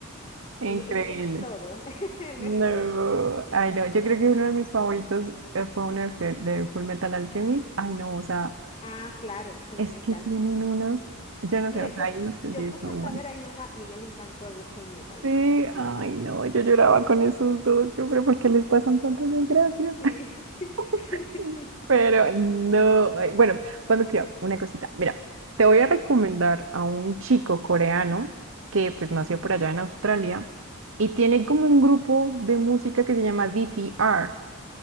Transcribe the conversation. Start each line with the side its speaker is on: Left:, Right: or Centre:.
Right: increíble.
Left: es, es, es todo. <laughs>
Right: No,
Left: Lo es todo.
Right: ay no, yo creo que uno de mis favoritos eh, fue uno de, Fe- de Full Metal Alchemist, ay no, o sea,
Left: Ah, claro, Full
Right: es
Left: Metal.
Right: que tienen unos, yo no
Left: Mira,
Right: sé, o sea,
Left: yo,
Right: hay unos que
Left: yo
Right: sí
Left: puse
Right: son
Left: hasta
Right: muy buenos.
Left: a ver a mi mamá y a ella le encantó ver Full Metal,
Right: Sí,
Left: que me- le
Right: ay
Left: fascinó.
Right: no, yo lloraba con esos dos, yo, pero ¿por qué les pasan tantas desgracias?
Left: Sí, <laughs>
Right: <laughs> Pero
Left: literal.
Right: no, ay, bueno, pues me cuidado, una cosita. Mira, te voy a recomendar a un chico coreano que pues nació
Left: Ujú.
Right: por allá en Australia y tiene como un grupo de música que se llama DPR.